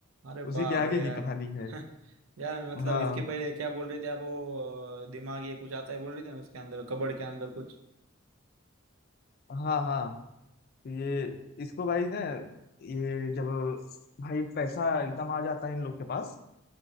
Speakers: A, on the right; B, on the left.
A: अरे
B: उसी
A: बाप
B: के आगे
A: रे यार
B: की कहानी
A: <laughs>
B: है
A: यार मतलब
B: हाँ
A: इसके पहले क्या बोल रहे थे आप वो अ, दिमाग ये कुछ आता है बोल रहे थे ना उसके अंदर कबड़ के अंदर कुछ
B: हाँ हाँ तो ये इसको भाई ना ये जब भाई पैसा एकदम आ जाता है इन लोग के पास